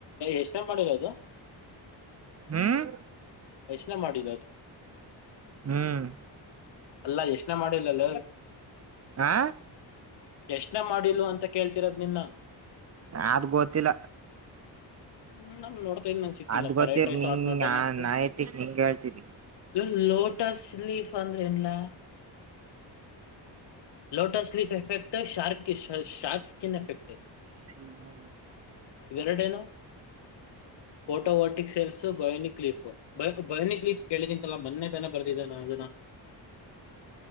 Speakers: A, on the left; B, on the right.
A: ಎಷ್ಟ ಟೈಮ್ ಮಾಡರ ಅದು
B: ಹ್ಮ್
A: ಯೋಚನೆ ಮಾಡಿಲ್ಲ ಅದು
B: ಹ್ಮ್
A: ಅಲ್ಲ ಯೋಚನೆ ಮಾಡಿಲ್ಲಲ್ಲ
B: ಆ
A: ಎಷ್ಟನ ಮಾಡಿಲ್ಲ ಅಂತ ಕೇಳ್ತಿರೋದ್ ನಿನ್ನ
B: ಆದ್ ಗೊತ್ತಿಲ್ಲ
A: ಹ್ಮ್ ನಮ ನೋಡ್ತಾ ನಂಗಗೆ ಸಿಕ್ಕಿಲ್ಲಪ್ಪ
B: ಅದ್ ಗೊತ್ತಿರ್
A: ರೈಟೈಸ್
B: ನಿಂಗ
A: ಆಟ್ ನೋಟನಪ್ಪ
B: ನಾಯತಿಕ್ ನಿಂಗ ಹೇಳ್ತೀನಿ
A: ಇ ಲೋಟಸ್ ಲೀಫ್ ಅಂದ್ರ ನ್ಲಾ ಲೋಟಸ್ ಲೀಫ ಎಫೆಕ್ಟ್ ಶಾರ್ ಶಾರ್ಪ ಸ್ಕನ್ ಎಫೆಕ್ಟ್
B: ತ್ರೀ ಮಂತ್ಸ್
A: ಇವೆ ಎರಡನಾ photovoltaic cells bionic leaf bionic please ಕೇಳಿದಿನ್ಲ್ ಮೊನ್ನೆ ತನ ಬರ್ದಿದೆ ನ ಅದನ್ನ